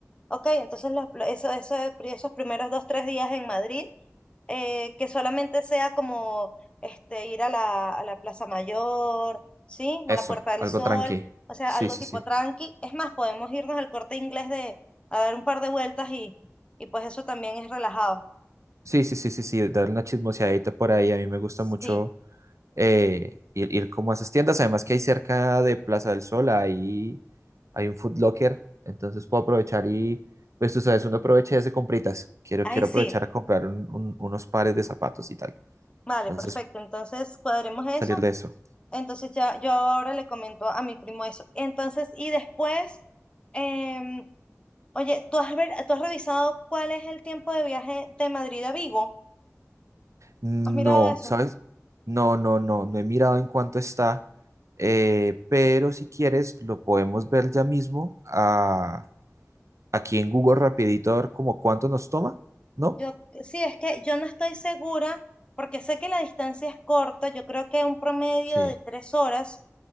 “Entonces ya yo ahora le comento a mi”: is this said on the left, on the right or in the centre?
Left